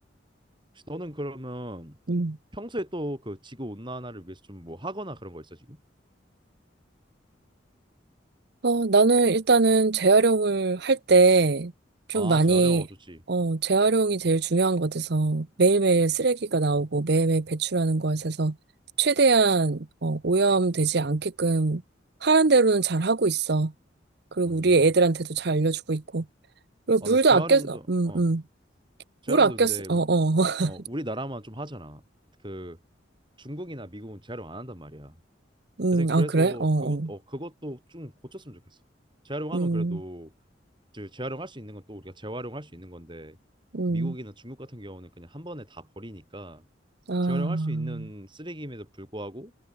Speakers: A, on the right; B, on the right.
A: 혹시 너는 그러면
B: 음.
A: 평소에 또 그 지구 온난화를 위해서 좀 뭐 하거나 그런 거 있어 지금?
B: 어, 나는 일단은 재활용을 할 때 좀
A: 아
B: 많이,
A: 재활용 어 좋지.
B: 어, 재활용이 제일 중요한 것 같아서 매일매일 쓰레기가 나오고 매일매일 배출하는 것에서 최대한 어, 오염되지 않게끔 하란 대로는 잘 하고 있어. 그리고
A: 음.
B: 우리 애들한테도 잘 알려주고 있고. 그리고
A: 아
B: 물도
A: 근데 재활용도
B: 아껴, 어, 음,
A: 어
B: 음.
A: 재활용도
B: 물 아껴,
A: 근데
B: 쓰-
A: 우리
B: 어, 어. <laughs>
A: 어 우리나라만 좀 하잖아. 그 중국이나 미국은 재활용 안 한단 말이야.
B: 음,
A: 대신 그래서
B: 아, 그래? 어, 어.
A: 그것 어 그것도 좀 고쳤으면 좋겠어. 재활용하면
B: 음,
A: 그래도 재- 재활용할 수 있는 건 또 우리가 재활용할 수 있는 건데
B: 음.
A: 미국이나 중국 같은 경우는 그냥 한 번에 다 버리니까
B: 아.
A: 재활용할 수 있는 쓰레기임에도 불구하고